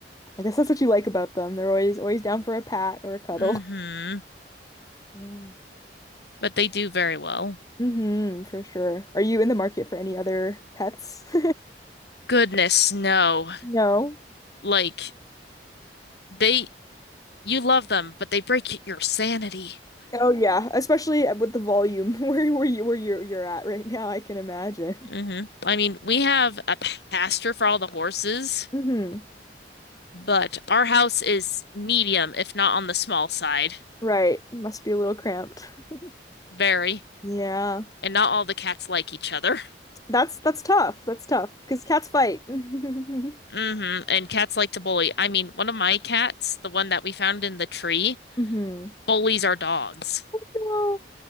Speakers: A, on the left; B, on the left.
A: I guess that's what you like about them. They're always always down for a pat or a cuddle.
B: hmm
A: Yeah.
B: But they do very well.
A: hmm for sure. Are you in the market for any other pets? <laughs>
B: Goodness, no.
A: No.
B: Like they you love them, but they break your sanity.
A: Oh yeah, especially with the volume <laughs> where where you where you're you're at right now, I can imagine.
B: hmm I mean, we have a pasture for all the horses,
A: hmm
B: but our house is medium, if not on the small side.
A: Right. Must be a little cramped. <laughs>
B: Very.
A: Yeah.
B: And not all the cats like each other.
A: That's that's tough. That's tough. Because cats fight. <laughs> hmm
B: <laughs> hmm And cats like to bully. I mean, one of my cats, the one that we found in the tree,
A: Oh
B: bullies our dogs.
A: no.